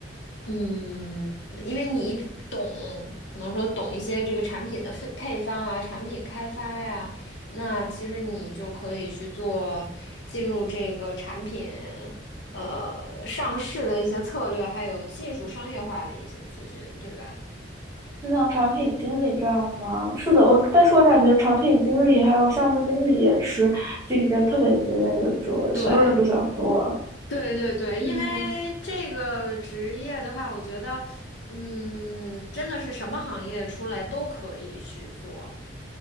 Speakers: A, on the left; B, on the right.
A: 嗯，因为你比懂，可能说懂一些这个产品的配配方啊，产品开发呀，那其实你就可以去做进入这个产品呃上市的一些策略，还有技术商业化的一些咨询，对吧？
B: 就像产品经理这样吗？是的，我但是我感觉产品经理还有项目经理也是竞争特别激烈的职位，
A: 对。
B: 所有人都想做。
A: 对对对，
B: 嗯
A: 因为这个职业的话，我觉得，嗯，真的是什么行业出来都可以去做，